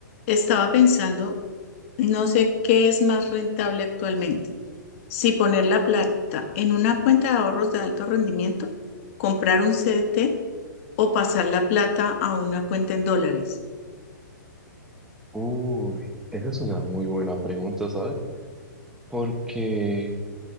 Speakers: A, on the left; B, in the centre.
A: Estaba pensando, no sé qué es más rentable actualmente, si poner la plata en una cuenta de ahorros de alto rendimiento, comprar un CDT o pasar la plata a una cuenta en dólares.
B: Uy, esa es una muy buena pregunta, ¿sabes? Porque